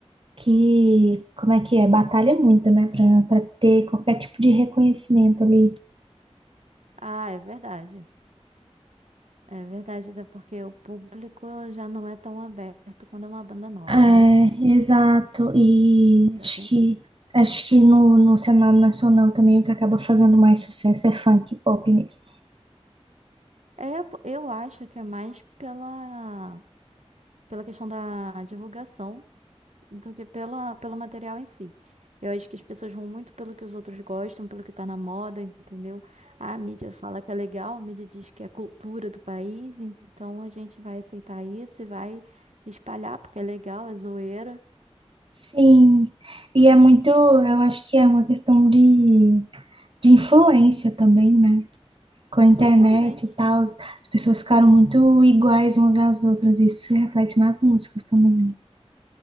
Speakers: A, on the right; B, on the right.
A: que, como é que é? Batalha muito, né? Pra, pra ter qualquer tipo de reconhecimento ali.
B: Ah, é verdade. É verdade, até porque o público já não é tão aberto quando é uma banda nova,
A: É,
B: né?
A: exato. E
B: Já
A: acho
B: tem
A: que,
B: isso.
A: acho que no, no cenário nacional também o que acaba fazendo mais sucesso é funk e pop mesmo.
B: É, pô, eu acho que é mais pela, pela questão da divulgação do que pela, pelo material em si. Eu acho que as pessoas vão muito pelo que os outros gostam, pelo que tá na moda, entendeu? A mídia fala que é legal, a mídia diz que é cultura do país, então a gente vai aceitar isso e vai espalhar porque é legal, é zoeira.
A: Sim, e é muito, eu acho que é uma questão de, de influência também, né? Com a internet
B: Totalmente.
A: e tal, as pessoas ficaram muito iguais umas às outras, isso se reflete nas músicas também, né?